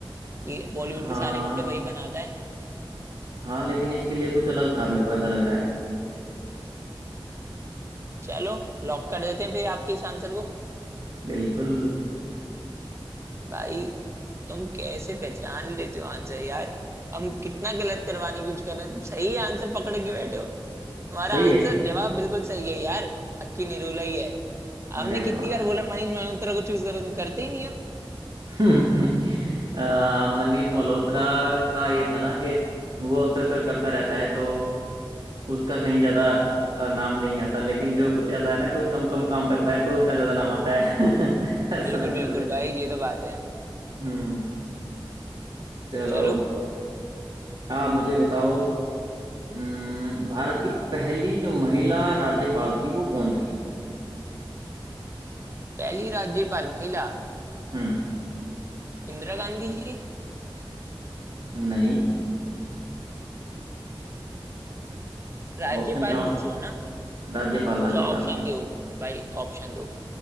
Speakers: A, on the right (about 30°); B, on the right (about 50°).
A: कि बॉलीवुड
B: हाँ
A: के सारे कपड़े वही बनाता है
B: हाँ लेकिन इसके लिए कुछ अलग था मेरे को ऐसा लग रहा है
A: चलो लॉक कर देते हैं फिर आपके इस आंसर को
B: बिल्कुल
A: भाई तुम कैसे पहचान लेते हो आंसर यार हम कितना गलत करवाने की कोशिश कर रहे हैं तुम सही आंसर पकड़ के बैठे हो हमारा
B: सही है
A: आंसर जवाब बिल्कुल सही है यार अक्की निरूला ही है
B: अरे
A: हमने
B: वाह
A: कितनी बार बोला मनीष मल्होत्रा को चूज करो तुम करते ही नहीं हो
B: <laughs> अ, मनीष मल्होत्रा का ये था ना कि वो अक्सर कर करता रहता है तो उसका कहीं ज्यादा अ, नाम नहीं आता लेकिन जो कुछ ऐसा है ना कोई कम कम काम करता है तो उनका ज्यादा नाम आता है <laughs> ऐसा
A: बिल्कुल
B: लगता
A: बिल्कुल
B: है मुझे
A: भाई ये तो बात है
B: हम्म चलो
A: चलो
B: आप मुझे बताओ हम्म, भारत की पहली जो महिला राज्यपाल थी वो कौन थी
A: पहली राज्यपाल महिला
B: हम्म
A: इंदिरा गांधी जी
B: नहीं
A: राज्यपाल
B: ऑप्शन चाहो
A: पूछो ना
B: राज्यपाल राज्यपाल
A: तो ऑप्शन दो भाई ऑप्शन दो